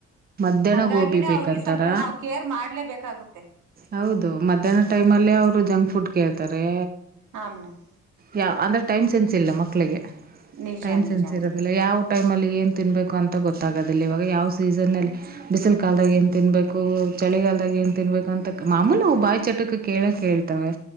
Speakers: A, on the right; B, on the right.
A: ಮಧ್ಯಾಹ್ನ
B: ಹಂಗಾಗಿ
A: ಗೋಬಿ ಬೇಕಂತಾರ
B: ಅವರಿಗೆ ನಾವು ಸ್ವಲ್ಪ ಕೇರ್ ಕೇರ್ ಮಾಡ್ಲೆಬೇಕಾಗುತ್ತೆ
A: ಹೌದು ಮಧ್ಯಾಹ್ನ ಟೈಮ್ ಅಲ್ಲೇ ಅವ್ರು ಜಂಕ್ ಫುಡ್ ಕೇಳ್ತಾರೇ
B: ಹಾ ಮೇಡಮ್.
A: ಯಾ ಅಂದ್ರೆ ಟೈಮ್ ಸೆನ್ಸ್ ಇಲ್ಲ ಮಕ್ಕಳಿಗೆ
B: ನಿಜ
A: ಟೈಮ್
B: ನಿಜ
A: ಸೆನ್ಸ್ ಇರೋದಿಲ್ಲ
B: ಮೇಡಮ್
A: ಯಾವ ಟೈಮಲ್ಲಿ ಏನು ತಿನ್ಬೇಕು ಅಂತ ಗೊತ್ತಾಗದಿಲ್ಲ ಇವಾಗ ಯಾವ ಸೀಸನಲ್ಲಿ ಬಿಸಿಲ್ ಕಾಲ್ದಾಗ ಏನ್ ತಿನ್ಬೇಕು ಚಳಿಗಾಲ್ದಾಗ ಏನ್ ತಿನ್ಬೇಕು ಅಂತಕ್ ಮಾಮೂಲಿ ಅವು ಬಾಯಿ ಚಟಕ್ಕೆ ಕೇಳೆ ಕೇಳ್ತವೆ